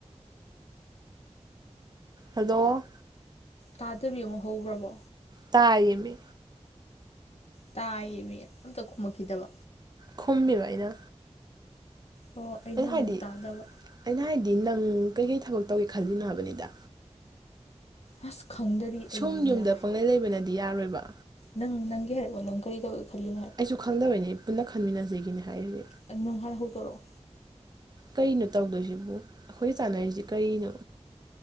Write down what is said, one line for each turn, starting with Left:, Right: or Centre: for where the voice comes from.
Right: ꯍꯜꯂꯣ
Left: ꯇꯥꯗꯕꯤ ꯑꯃꯃꯣꯛ ꯍꯧꯒ꯭ꯔꯕꯣ
Right: ꯇꯥꯏꯌꯦꯃꯤ
Left: ꯇꯥꯏꯌꯦ ꯑꯝꯇ ꯈꯨꯝꯃꯛꯈꯤꯗꯕ
Right: ꯈꯨꯝꯃꯦꯕ ꯑꯩꯅ
Left: ꯑꯣ
Right: ꯑꯩꯅ ꯍꯥꯏꯗꯤ
Left: ꯑꯃꯨꯛ ꯇꯥꯗꯕ
Right: ꯑꯩꯅ ꯍꯥꯏꯗꯤ ꯅꯪ ꯀꯩꯀꯩ ꯊꯕꯛ ꯇꯧꯒꯦ ꯈꯜꯂꯤꯅꯣ ꯍꯥꯏꯕꯅꯤꯗ
Left: ꯑꯁ ꯈꯪꯗꯔꯤ
Right: ꯁꯨꯝ
Left: ꯑꯩ
Right: ꯌꯨꯝꯗ
Left: ꯅ
Right: ꯄꯪꯂꯩ ꯂꯩꯕꯅꯗꯤ ꯌꯥꯔꯣꯏꯕ
Left: ꯅꯪ ꯅꯪ ꯍꯥꯏꯔꯛꯑꯣ ꯅꯪ ꯀꯔꯤ ꯇꯧꯒꯦ ꯈꯜꯂꯤ
Right: ꯑꯩꯁꯨ ꯈꯪꯗꯕꯩꯅꯤ ꯄꯨꯟꯅ ꯈꯟꯃꯤꯟꯅꯖꯦꯒꯤꯅꯤ ꯍꯥꯏꯔꯤꯕ
Left: ꯑꯗ ꯅꯪ ꯍꯥꯟꯅ ꯍꯧꯗꯣꯔꯛꯑꯣ
Right: ꯀꯩꯅꯣ ꯇꯧꯗꯣꯏꯁꯤꯕꯨ ꯑꯩꯈꯣꯏ ꯆꯥꯅꯔꯤꯁꯤ ꯀꯔꯤꯅꯣ